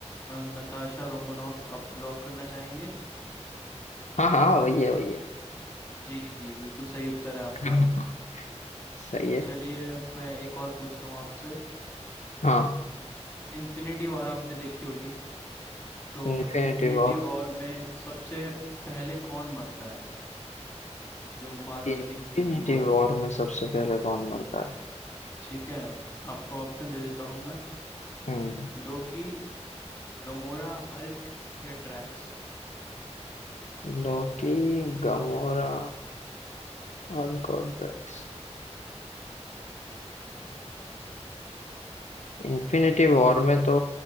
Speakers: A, on the left (about 15°); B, on the left (about 75°).
A: अ, नताशा रोमनॉफ आप लॉक करना चाहेंगे
B: हाँ हाँ वही है वही है
A: जी जी बिल्कुल सही उत्तर है आपका
B: <laughs> सही है
A: चलिए अब मैं एक और पूछता हूँ आपसे
B: हाँ
A: इन्फिनिटी वॉर आपने देखी होगी तो
B: Infinity
A: इन्फिनिटी
B: war
A: वॉर में सबसे पहले कौन मरता है जो मार्वल
B: इन्फिनिटी
A: की इन्फिनिटी वॉर है
B: वॉर में सबसे पहले कौन मरता है
A: ठीक है आपको ऑप्शन दे देता हूँ मैं
B: हम्म
A: लोकी गमोरा हल्क या Drax
B: लॉकी गमोरा और गॉड्रेक्स इन्फिनिटी वॉर में तो